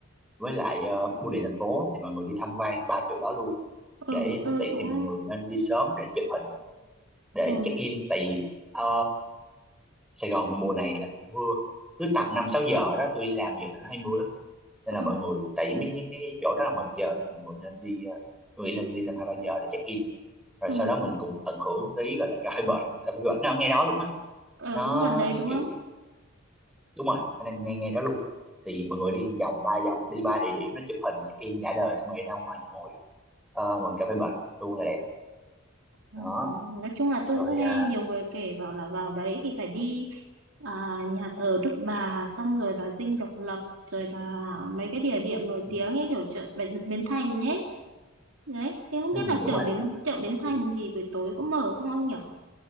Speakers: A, in the centre; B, on the right (about 80°).
A: với lại ờ, bưu điện thành phố thì mọi người đi tham quan ba chỗ đó luôn
B: ừ
A: để
B: tôi
A: nó tiện
B: cũng
A: thì mọi người nên đi sớm để chụp hình để
B: ừ,
A: check in tại vì ờ, Sài Gòn mùa này là mùa mưa cứ tầm năm sáu giờ đó tôi làm về là nó hay mưa lắm nên
B: ừ,
A: là mọi người tại vì mấy cái chỗ đó là ngoài trời nên là mọi người nên đi ờ, tôi nghĩ nên đi tầm hai ba giờ để check in rồi
B: ừ,
A: sau đó mình cũng tận hưởng tí gọi là cà phê bệt luôn cà phê bệt nó ở ngay đó luôn á
B: ờ,
A: nó
B: cũng gần đấy đúng
A: kiểu
B: không
A: đúng rồi nó đang ngay ngay đó luôn thì mọi người đi một vòng ba vòng đi ba địa điểm nó chụp hình check in đã đời xong rồi ra ngoài ngồi ờ, ngồi cà phê bệt luôn là đẹp
B: Ờ,
A: đó
B: nói chung là tôi
A: rồi
B: cũng nghe
A: à,
B: nhiều người kể bảo là vào đấy thì phải đi à, nhà thờ Đức Bà xong rồi là Dinh Độc Lập rồi là mấy cái địa điểm nổi
A: ừ,
B: tiếng ấy kiểu chợ Bến Bến Thành nhé Đấy, em không
A: ừ,
B: biết là
A: đúng
B: chợ
A: rồi
B: Bến
A: đúng rồi
B: chợ
A: đó.
B: Bến Thành
A: đi
B: thì buổi tối có mở không ông nhỉ?